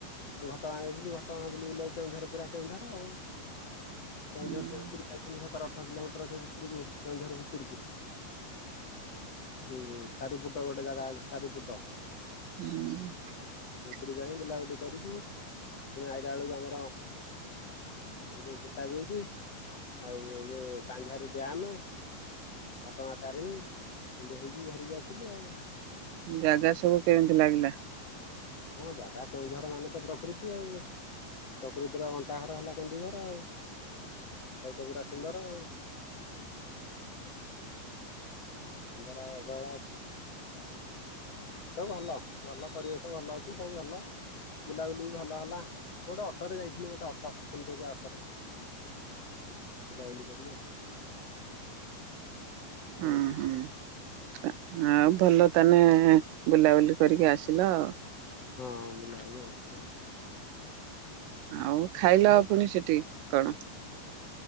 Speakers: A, on the left; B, on the right.
A: ଘଟଗାଁ ଯାଇଥିଲି ଘଟଗାଁ ବୁଲି ବୁଲା କି କେଉଁଝର ପୁରା କେଉଁଝର ଆଉ । କେଉଁଝର
B: ହୁଁ
A: ସେ ଭିତରୁ ଯାଇଥିଲୁ ସତରଟ ଆଠ କିଲୋମିଟର ଅଛ ଭିତରକୁ କେଉଁଝର ଭିତରକୁ ହୁଁ ସାରୁପୁଟ ଗୋଟେ ଜାଗା ଅଛି ସାରୁପୁଟ
B: ହୁଁ ।
A: ଡିଇ ବୁଲା ବୁ କରିକି ପୁଣି ଆଇଲା ବେଳକୁ ଆମର ଯୋଉ ସୀତାବିଞ୍ଚ ଆଉ ଯୋଉ କାଞ୍ଜାରୀ ଡ୍ୟାମ ଘଟଗାଁ ତାରିଣୀ ଦେଇକି ଘରକୁ ଆସିଲୁ ଆଉ ।
B: ଜାଗା ସବୁ କେମିତି ଲାଗିଲା?
A: ହଁ ଜାଗା କେଉଁଝର ମାନେ ତ ପ୍ରକୃତି ଆଉ ପ୍ରକୃତିର ଗନ୍ତାଘର ହେଲା କେନ୍ଦୁଝର ଆଉ ସବୁ ତ ପୁରା ସୁନ୍ଦର ଆଉ। ଆଉ ସୁନ୍ଦର ଆ ବଳ <unintelligible> ସବୁ ଭଲ ଭଲ ପରିବେଶ ଭଲ ଅଛି ସବୁ ଭଲ ବୁଲାବୁଲି ଭଲ ହେଲା ଗୋଟେ ଅଟୋରେ ଯାଇଥିଲୁ ଗୋଟେ ଅଟୋ ତିନିଚକିଆ ଅଟରେ ବୁଲାବୁଲି କରିକି ଆ ଆସିଲୁ।
B: ହଁ ହଁ । ଆଉ ଭଲ ତାନେ ବୁଲାବୁଲି କରିକି ଆସିଲ ଆଉ
A: ହଁ ଗୁଲାବେଲେ ଆସିଲୁ
B: ଆଉ ଖାଇଲ
A: ଆଉ
B: ପୁଣି ସେଠି । କଣ?